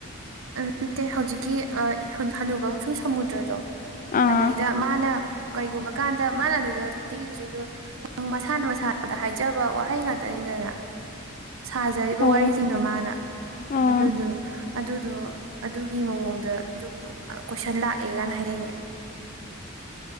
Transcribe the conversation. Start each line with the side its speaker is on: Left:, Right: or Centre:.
Right: ꯑꯗꯨ ꯅꯠꯇꯦ ꯍꯧꯖꯤꯛꯀꯤ ꯍꯅꯨꯕ ꯑꯃꯁꯨꯡ ꯁꯃꯨꯗ꯭ꯔꯗꯣ
Left: ꯑꯥ
Right: ꯑꯗꯩꯗ ꯃꯥꯅ ꯀꯩꯒꯨꯝꯕ ꯀꯥꯟꯗ ꯃꯥꯅ ꯑꯗꯨꯗ ꯊꯤꯔꯤꯁꯤꯡꯗꯨꯣ ꯅꯪ ꯃꯁꯥꯅ ꯃꯁꯥꯗ ꯍꯥꯏꯖꯕ ꯋꯥꯍꯩ ꯉꯥꯛꯇꯅꯤꯗꯅ ꯁꯥꯖꯔꯤꯕ
Left: ꯑꯣ
Right: ꯋꯥꯔꯤꯁꯤꯡꯗꯣ ꯃꯥꯅ
Left: ꯑꯣ
Right: ꯑꯗꯨꯗꯨꯣ ꯑꯗꯨ ꯑꯗꯣ ꯑꯗꯨꯒꯤ ꯃꯑꯣꯡꯗꯁꯨ ꯀꯣꯏꯁꯟ ꯂꯥꯛꯑꯦꯒꯅ ꯍꯥꯏꯔꯛꯑꯦ